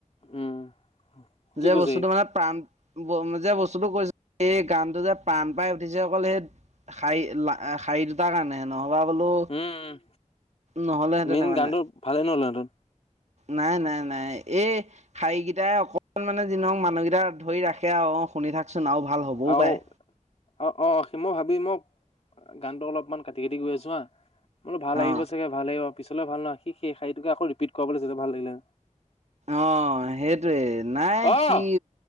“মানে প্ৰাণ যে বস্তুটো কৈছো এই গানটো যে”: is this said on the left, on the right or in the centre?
Right